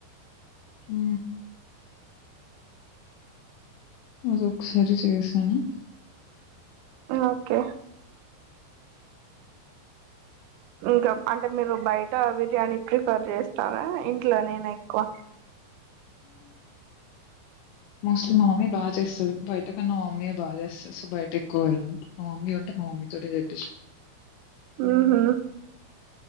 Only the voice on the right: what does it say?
ఓకే ఇంకా అంటే మీరు బైట బిర్యానీ ప్రిఫర్ చేస్తారా ఇంట్లోనేనె ఎక్కువ.
హుహు,